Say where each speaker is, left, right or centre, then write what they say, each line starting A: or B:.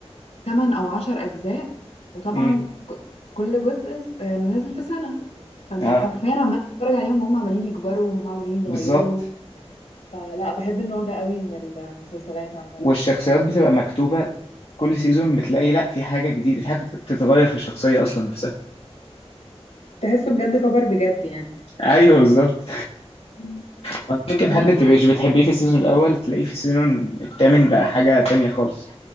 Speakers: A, on the left; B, on the left.
A: تمن أو عشر أجزاء وطبعا
B: امم
A: ك- كل جزء س- آه، نازل في سنة فأنت
B: اه
A: حرفيا عمال تتفرج عليهم وهم عمالين يكبروا وهم عمالين يتغيروا
B: بالظبط
A: فلا بحب النوع ده قوي من المسلسلات عامة
B: والشخصيات بتبقى مكتوبة كل سيزون بتلاقي لا في حاجة جديدة في حاجة بتتغير في الشخصية أصلا نفسها
A: تحسه بجد كبر بجد يعني
B: ايوه بالظبط
A: مم.
B: وبعدين ممكن
A: طب
B: حد
A: ليك
B: ما
A: مثلا
B: تبقاش بتحبيه في السيزون الأول تلاقيه في السيزون الثامن بقى حاجة تانية خالص